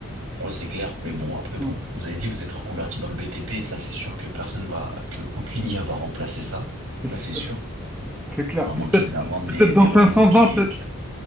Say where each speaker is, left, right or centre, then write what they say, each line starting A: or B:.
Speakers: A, on the right; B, in the centre.
A: Ouais, c'est clair, mais bon, après, bon,
B: Mm.
A: vous avez dit, vous êtes reconverti dans le BTP, ça c'est sûr que personne va, que aucune IA va remplacer ça,
B: C'est
A: ça
B: sûr.
A: c'est sûr.
B: C'est clair.
A: À moins
B: Peut-être
A: qu'ils inventent
B: peut-être
A: des,
B: dans
A: des robots
B: cinq cents
A: qui,
B: ans, peut-être.
A: qui-